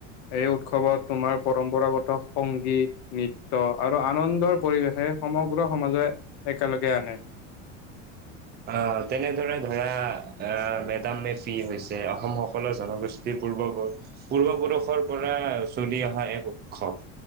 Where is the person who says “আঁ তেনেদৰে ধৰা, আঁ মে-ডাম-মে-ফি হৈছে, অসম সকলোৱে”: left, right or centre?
Right